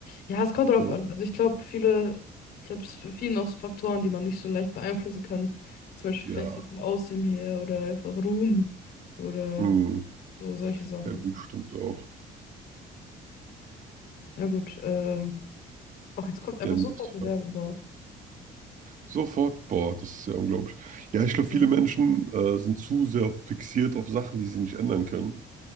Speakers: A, on the left; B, on the right.
A: Ja, es kommt drauf
B: So,
A: an. Also ich glaube, viele, ich glaube, es ist bei vielen auch so Faktoren, die man nicht so leicht beeinflussen kann. Zum Beispiel
B: ja,
A: vielleicht so vom Aussehen her oder einfach Ruhm oder
B: hm,
A: so solche Sachen.
B: ja, gut, stimmt auch.
A: Na gut, ähm, auch jetzt kommt einfach
B: Ja, nächste
A: sofort eine
B: Frage.
A: Werbung, wow.
B: Sofort, boah, das ist ja unglaublich. Ja, ich glaube,
A: Ja,
B: viele Menschen äh, sind zu sehr fixiert auf Sachen, die sie nicht ändern können.